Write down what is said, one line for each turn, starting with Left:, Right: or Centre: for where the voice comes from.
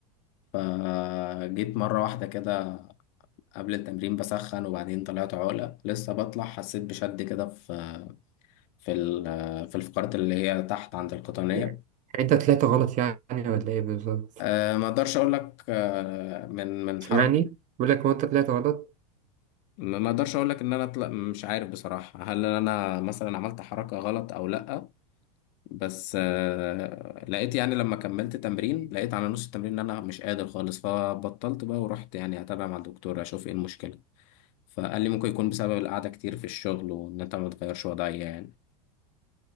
Left: فجيت مرة واحدة كده قبل التمرين بسخن وبعدين طلعت عقلة لسه بطلع حسيت بشد كده في في ال- في الفقرات اللي هي تحت عند القطنية
Right: يعني انت طلعت غلط يعني ولا ايه بالظبط
Left: أه، ما اقدرش اقول لك أه، من من
Right: سامعني
Left: حركة
Right: بقول لك هو انت طلعت غلط
Left: ما ما اقدرش اقول لك ان انا طلع مش عارف بصراحة هل انا مثلا عملت حركة غلط او لا بس آه، لقيت يعني لما كملت تمرين لقيت على نص التمرين ان انا مش قادر خالص فبطلت بقى ورحت يعني اتابع مع الدكتور اشوف ايه المشكلة فقال لي ممكن يكون بسبب القعدة كتير في الشغل وان انت ما تغيرش وضعية يعني